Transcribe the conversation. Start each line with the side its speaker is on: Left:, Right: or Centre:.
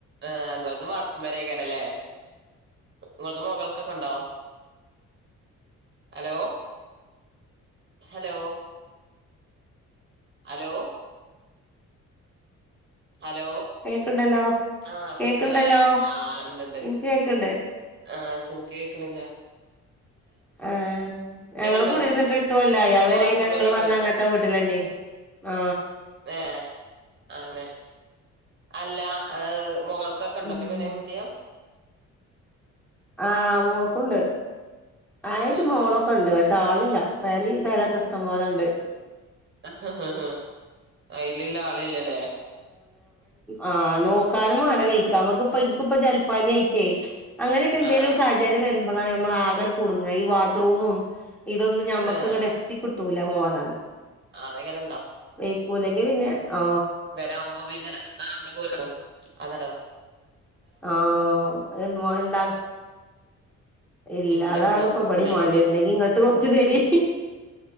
Right: ആ ഇങ്ങൾക്കും വാർപ്പും പെരയൊക്കെയാണല്ലേ? ഇങ്ങൾത് മൊകൾക്ക് ഒക്കെണ്ടോ? ഹലോ ഹലോ ഹലോ ഹലോ
Centre: കേക്ക്ണ്ടല്ലോ
Right: ആ
Centre: കേക്ക്ണ്ടല്ലോ
Right: കേക്കില്ലേ? ആഹ് ഇണ്ട്ണ്ട്.
Centre: ഇൻക്ക് കേക്ക്ണ്ട്
Right: ആ ശരി കേക്കണില്ല.
Centre: ആ ഞങ്ങള്
Right: ഞാന് ഇങ്ങളത്
Centre: കുടിയിരുന്നിട്ട് എട്ടുകൊല്ലായി. ആ
Right: അത്
Centre: വരേം
Right: വാർപ്പും
Centre: ങ്ങള്
Right: വരെയൊക്കെ
Centre: ങ്ങള് പറഞ്ഞ അങ്ങത്തെ വീട്ടിലന്നെയിന് ആ
Right: ഏ അങ്ങനെ അല്ല ഏഹ് മൊഗൾക്കാ കണ്ടെല്ല്
Centre: ഉം
Right: വരെൻന്നൂല്യ <unintelligible>
Centre: ആ മോൾക്കുണ്ട്. ആയക്ക്
Right: ആ
Centre: മോളോക്കെണ്ടോ?
Right: ആ
Centre: പക്ഷേ ആള് ല്ല പെരേം ഈ സഥലൊക്കെ ഇഷ്ടം പോലെണ്ട്
Right: ആഹ്ഹ്ഹ ആയില്ക്ക്ള്ള ആളില്ലല്ലേ?
Centre: ഓ നോക്കാനും വേണ്ട വെയ്ക്കാൻ നമക്കിപ്പ എനിക്കിപ്പ ജൽപ്പാനി ആയിറ്റേ അങ്ങനൊക്കെ എന്തേലും
Right: ആഹ്
Centre: സഹചര്യം വരും <unintelligible> കുടുങ്ങ ഈ ബാത്റൂമും ഇതൊന്ന് ഞമ്മക്ക്ങ്ങടെത്തി
Right: ആഹ്
Centre: കിട്ട് ട്ടൂല മോറാന്
Right: അതങ്ങനെ
Centre: വയ്ക്കൂല്ലെങ്കി പിന്നെ ഓ
Right: ഇവരാവുംമ്പൊ പിന്നെ ആ അവ്ടെ പൊയ്ക്ണു <unintelligible>
Centre: ഓ ൻ വോ ഇണ്ടാ ഇല്ല
Right: എന്റെ
Centre: അതാണ്
Right: അനിയന്
Centre: ഇപ്പബടിം
Right: പിള്ളേരുണ്ട്
Centre: വേണ്ടത് ണ്ടെങ്കി ഇങ്ങട്ട് കൊറച്ച് തരിൻ.